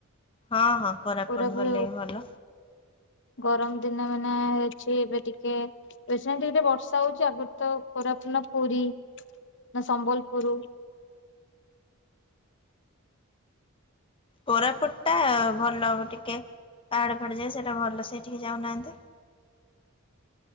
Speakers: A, on the left (about 25°); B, on the left (about 55°).
A: ହଁ ହଁ କୋରାପୁଟ
B: ପଡାକୁ
A: ଗଲେ ବି ଭଲ।
B: ଗରମ ଦିନ ମାନେ ଅଛି ଏବେ ଟିକେ ଏବେ ସିନା ଟିକେ ଟିକେ ବର୍ଷା ହେଉଛି ଆଗରୁ ତ ପୋରାପୁନ ପୁରୀ ନା ସମ୍ବଲପୁର
A: କୋରାପୁଟ ଟା ଭଲ ଟିକେ ପାହାଡ଼ ଫାହାଡ ସେଇଟା ଭଲ ସେଇଟିକି ଯାଉନାହାନ୍ତି